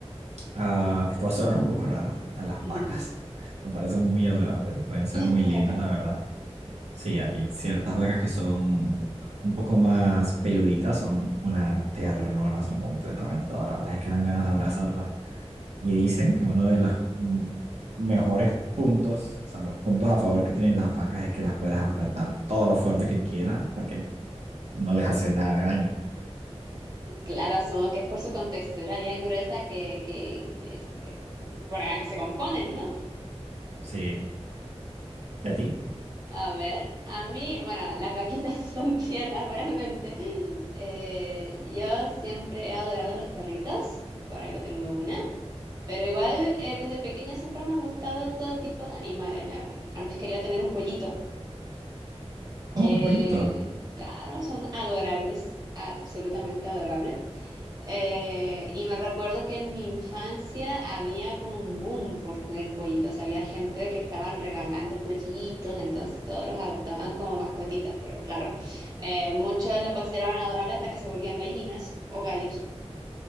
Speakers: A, on the right; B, on the right.
A: a, esto va a sonar un poco raro, a las vacas.
B: Ujú.
A: Me parecen muy adorables, pueden ser
B: <laughs>
A: muy lindas, la verdad. Sí, hay ciertas vacas que son un poco más peluditas, son una ternura, son completamente adorables, es que dan ganas de abrazarlas. Y dicen que uno de los mm, mejores puntos, o sea, los puntos a favor que tienen las vacas es que las puedes apretar todo lo fuerte que quieras, porque no les hace nada de daño.
B: Claro, asumo que es por su contextura bien gruesa que, que, que es- que- por la que se componen, ¿no?
A: Sí. ¿Y a ti?
B: A ver, a mí, bueno, las vaquitas <laughs> sí son tiernas realmente. Eh, yo siempre he adorado los perritos, por algo tengo una, pero igual eh, desde pequeña siempre me han gustado todo tipo de animales. Me- antes quería tener un pollito. Eh,
A: Oh, un pollito.
B: claro, son adorables, absolutamente adorables. Eh, y me recuerdo que en mi infancia había como un boom por tener pollitos. Había gente que estaban regalando pollitos, entonces todos los adoptaban como mascotitas. Pero claro, eh, muchos los consideraban adorables hasta que se volvían gallinas o gallos.